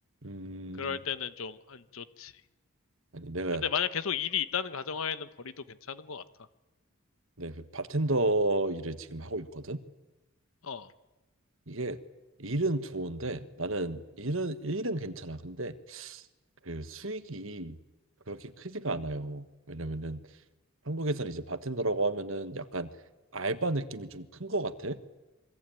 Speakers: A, on the right (about 60°); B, on the left (about 65°).
A: 음.
B: 그럴 때는 좀 안 좋지.
A: 아니 내가
B: 근데 만약 계속 일이 있다는 가정하에는 벌이도 괜찮은 것 같아.
A: 내그 바텐더 일을 지금 하고 있거든.
B: 어,
A: 이게 일은 좋은데 나는 일은 일은 괜찮아. 근데 그 수익이 그렇게 크지가 않아요. 왜냐면은 한국에서는 이제 바텐더라고 하면은 약간 알바 느낌이 좀 큰 것 같아.